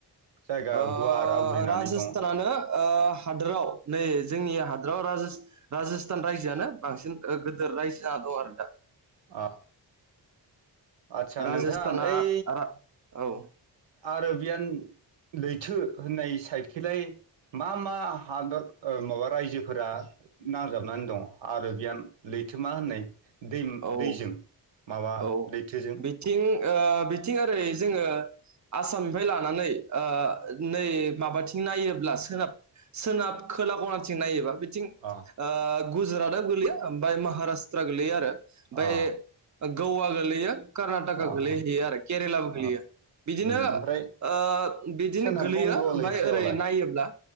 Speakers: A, on the right (about 85°); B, on the right (about 40°).
A: जायगा
B: ओ
A: गुवार आवग्रिनानै
B: राजस्थानानो
A: दङ
B: ओ हादोराव नै जोंनि हादोराव राजस्थान रायजोआनो बांसिन गोदिर। रायजागौ आरो दा।
A: ओ आदसा
B: राजस्थाना
A: नोंथां ओइ
B: रा औ
A: आरो आर'बियान लैथो होननाय साइडथिंलाय मा मा हादर ओ माबा रायजोफोरा नांजाबनानै दं आरो आर'बियान लैथो लैथोमा होननाय दै
B: औ
A: दैजों माबा
B: औ
A: लैथोजों
B: बिथिं ओ बिथिं ओरै जोङो आसामनिफ्राय लानानै ओ नै माबाथिं नायोब्ला सोनाब सोनाब खोला खनाथिं नायोबा थिं
A: अ
B: ओ गुजरातआ गोलैयो ओमफ्राय महाराष्ट्राआ गोलैयो आरो
A: अ
B: ओफ्राय गवा गोलैयो कर्नाटकआ
A: अ
B: गोलैहैयो आरो केरेलाबो
A: अ अ
B: गोलैयो बिदिनो
A: उम ओमफ्राय
B: ओ बिदिनो
A: सोनाब
B: गोलैयो
A: बंग'
B: ओमफ्राय
A: लैथोआवलाय
B: ओरै नायोब्ला